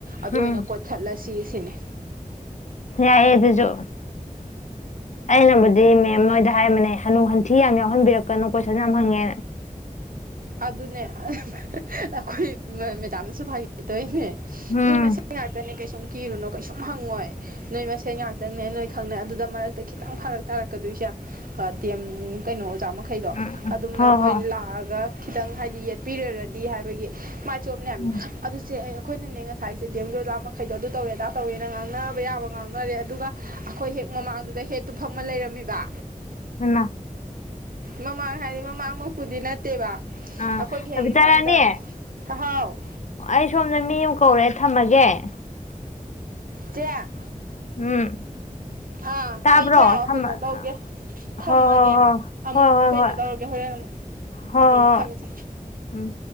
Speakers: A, on the right (about 80°); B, on the left (about 55°).
A: ꯑꯗꯨ
B: ꯎꯝ
A: ꯑꯣꯏꯅ ꯀꯣꯊꯠꯂꯁꯤ ꯁꯤꯅꯦ
B: ꯌꯥꯌꯦ ꯑꯗꯨꯖꯣ ꯑꯩꯅꯕꯨꯗꯤ ꯃꯦꯝ ꯍꯣꯏꯗ ꯍꯥꯏꯕꯅꯦ ꯍꯅꯨ ꯍꯟꯊꯤ ꯌꯥꯝ ꯌꯥꯎꯍꯟꯕꯤꯔꯛꯀꯅꯨ ꯀꯣꯏꯁꯟ ꯌꯥꯝ ꯍꯪꯉꯦꯅ
A: ꯑꯗꯨꯅꯦ ꯑꯈꯣꯏ ꯃꯦꯗꯥꯝꯅꯁꯨ ꯐꯥꯒꯤ ꯇꯣꯏꯅꯦ
B: ꯎꯝ
A: ꯅꯣꯏ ꯃꯁꯦꯟ ꯉꯥꯛꯇꯅꯦ ꯀꯩꯁꯨꯝ ꯀꯤꯔꯨꯅꯨ ꯀꯩꯁꯨꯝ ꯍꯪꯉꯣꯏ ꯅꯣꯏ ꯃꯁꯦꯟ ꯉꯥꯛꯇꯪꯅꯦ ꯅꯣꯏ ꯈꯪꯅꯩ ꯑꯗꯨꯗ ꯃꯔꯛꯇ ꯈꯤꯇꯪ ꯐꯥꯔꯛ ꯇꯥꯔꯛꯀꯗꯣꯏꯁꯦ ꯑ ꯗꯦꯝ ꯀꯩꯅꯣ ꯆꯥꯃꯈꯩꯗꯣ
B: ꯎꯝ
A: ꯑꯗꯨꯝꯅ
B: ꯍꯣꯏ
A: ꯃꯣꯏꯅ
B: ꯍꯣꯏ
A: ꯂꯥꯛꯑꯒ ꯈꯤꯇꯪ ꯍꯥꯏꯗꯤ ꯌꯦꯠꯄꯤꯔꯔꯗꯤ ꯍꯥꯏꯕꯒꯤ ꯆꯣꯞꯅꯤ ꯍꯥꯏꯝ
B: ꯎꯝ
A: ꯑꯗꯨꯆꯦ ꯑꯩ ꯑꯈꯣꯏꯅꯅꯦ ꯉꯁꯥꯏꯁꯦ ꯗꯦꯝꯒꯤ ꯑꯣꯖꯥ ꯃꯈꯩꯗꯣ ꯑꯗꯨ ꯇꯧꯋꯦ ꯑꯗꯥ ꯇꯧꯋꯦꯅ ꯉꯥꯡꯅꯅꯕ ꯌꯥꯕ ꯉꯥꯡꯅꯔꯦ ꯑꯗꯨꯒ ꯑꯈꯣꯏ ꯍꯦꯛ ꯃꯃꯥꯡꯗꯨꯗ ꯍꯦꯗꯇꯨ ꯐꯝꯃ ꯂꯩꯔꯝꯃꯤꯕ
B: ꯍꯩꯃꯥ
A: ꯃꯃꯥꯡ ꯍꯥꯏꯗꯤ ꯃꯃꯥꯡꯃꯛꯄꯨꯗꯤ ꯅꯠꯇꯦꯕ
B: ꯑꯥ
A: ꯑꯩꯈꯣꯏꯒꯤ ꯍꯦꯛ
B: ꯀꯕꯤꯇꯥ
A: ꯏꯃꯥꯡꯗ
B: ꯔꯥꯅꯤ
A: ꯍꯥꯍꯥꯎ
B: ꯑꯩ ꯁꯣꯝꯗ ꯃꯤ ꯑꯃ ꯀꯧꯔꯦ ꯊꯝꯃꯒꯦ <unintelligible>
A: ꯆꯦ
B: ꯎꯝ
A: ꯑꯥ
B: ꯇꯥꯕ꯭ꯔꯣ
A: ꯑꯩꯗꯣ
B: ꯊꯝꯃ
A: ꯀꯩꯅꯣ ꯇꯧꯒꯦ
B: ꯍꯣꯏ
A: ꯊꯝꯃꯒꯦ ꯑꯃꯨꯛ
B: ꯍꯣꯏ ꯍꯣꯏ
A: ꯀꯩꯅꯣ
B: ꯍꯣꯏ ꯍꯣꯏ ꯍꯣꯏ ꯍꯣꯏ ꯍꯣꯏ
A: ꯇꯧꯔꯒꯦ ꯍꯣꯔꯦꯟ ꯑꯃꯨꯛ
B: ꯍꯣꯏ
A: ꯎꯝ ꯊꯝꯃꯦ ꯆꯦ
B: ꯎꯝ